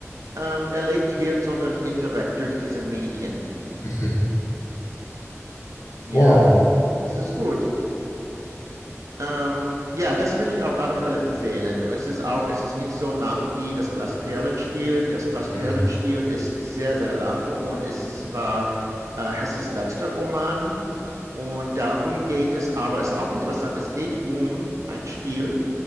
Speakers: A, on the right; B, on the left.
A: ähm, erlebt wird, sondern indirekt durch diese Medien.
B: Mhm.
A: Ja,
B: Wow.
A: es ist gut. Ähm, ja, das würde ich auf alle Fälle empfehlen. Es ist auch, es ist nicht so lang wie das Glasperlenspiel. Das Glasperlenspiel
B: Mhm.
A: ist sehr, sehr lang und es ist, war äh, Hesses letzter Roman. Und darum geht es aber, es ist auch interessant, es geht um ein Spiel,